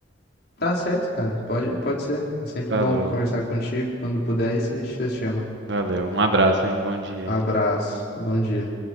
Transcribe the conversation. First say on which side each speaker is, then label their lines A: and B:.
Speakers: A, on the left; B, on the right.
A: Tá certo, cara. Pode, pode ser. É sempre
B: Falou,
A: bom conversar contigo. Quando puder, aí você você chama.
B: valeu, um abraço, hein? Bom dia.
A: Abraço. Bom dia.